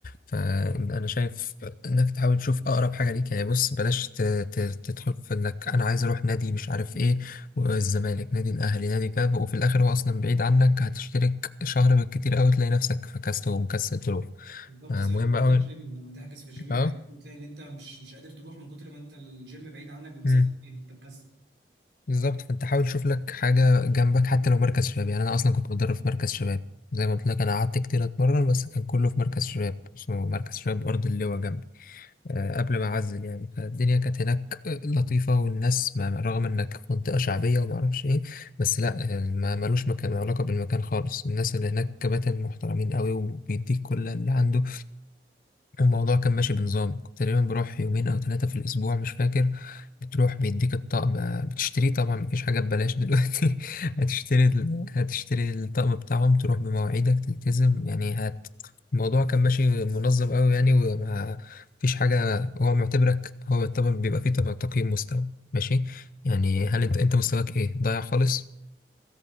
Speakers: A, on the left; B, on the right.
A: فانا شايف انك تحاول تشوف اقرب حاجه ليك يعني بص بلاش ت- ت- تدخل في انك انا عايز اروح نادي مش عارف ايه والزمالك نادي الاهلي نادي كذا وفي الاخر هو اصلا بعيد عنك هتشترك شهر بالكتير قوي تلاقي نفسك فكست ومكسل تروح
B: بالظبط
A: آه،
B: زي
A: مهم
B: حوارات
A: قوي
B: الجيم لما تحجز في الجيم
A: اه
B: بعيد وتلاقي ان انت مش مش قادر تروح من كتر ما انت الجيم بعيد عنك بمسافه
A: امم
B: كبيره انت مكسل
A: بالظبط فانت حاول تشوف لك حاجه جنبك حتى لو مركز شباب يعني انا اصلا كنت بتدرب في مركز شباب زي ما قلت لك انا قعدت كتير اتمرن بس كان كله في مركز شباب اسمه مركز شباب ارض اللواء جنبي آه، قبل ما أعزل يعني فالدنيا كانت هناك آه، لطيفة والناس ما رغم إنك في منطقة شعبية وما أعرفش إيه بس لأ آه، ما ملوش مكان ما علاقة بالمكان خالص الناس اللي هناك كباتن محترمين قوي وبيديك كل اللي عنده الموضوع كان ماشي بنظام كنت تقريبا بروح يومين او ثلاثة في الاسبوع مش فاكر بتروح بيديك الطقم آه، بتشتريه طبعا مفيش حاجة ببلاش دلوقتي <laughs> هتشتري ال- هتشتري الطقم بتاعهم تروح بمواعيدك تلتزم يعني هت الموضوع كان ماشي منظم قوي يعني وما فيش حاجة هو معتبرك هو طبعا بيبقى فيه طبعا تقييم مستوى ماشي يعني هل انت انت مستواك ايه ضايع خالص